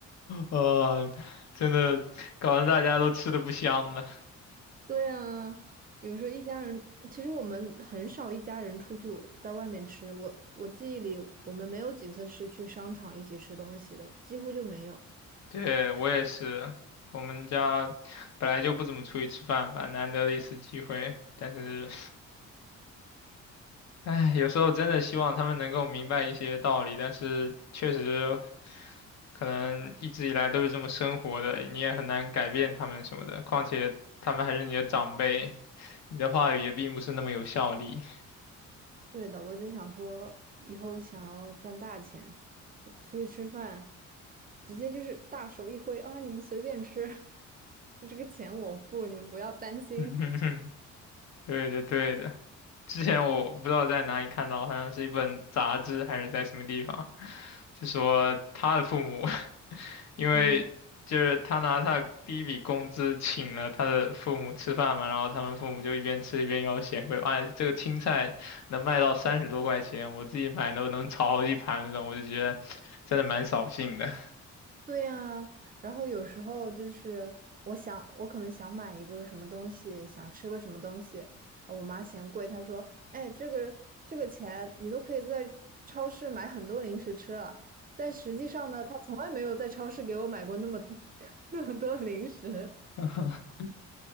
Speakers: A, on the left; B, on the right.
A: 呃，真的搞得大家都吃的不香了。
B: <laughs> 对呀，有时候一家人，其实我们很少一家人出去在外面吃。我我记忆里，我们没有几次是去商场一起吃东西的，几乎就没有。
A: 对，我也是，我们家本来就不怎么出去吃饭吧，难得的一次机会。但是，唉，有时候真的希望他们能够明白一些道理，但是确实可能一直以来都是这么生活的，你也很难改变他们什么的。况且他们还是你的长辈，你的话语也并不是那么有效力。<laughs>
B: 对的，我只想说，以后想要赚大钱，呃出去吃饭，直接就是大手一挥啊，你们随便吃，<laughs> 这个钱我付，你们不要担心。
A: 嗯哼哼，对的，对的。之前我不知道在哪里看到，好像是一本杂志还是在什么地方，就说他的父母，<laughs> 因为就是他拿他的第一笔工资请了他的父母吃饭嘛，
B: 嗯
A: 然后他们父母就一边吃一边要嫌贵，哎，这个青菜能卖到三十多块钱，我自己买都能炒好几盘那种，我就觉得真的蛮扫兴的。
B: 对呀，然后有时候就是我想，我可能想买一个什么东西，想吃个什么东西，呃我妈嫌贵，她说：“哎，这个这个钱你都可以在超市买很多零食吃了。”但实际上呢，她从来没有在超市给我买过那么 <laughs> 那么多零食。
A: <laughs>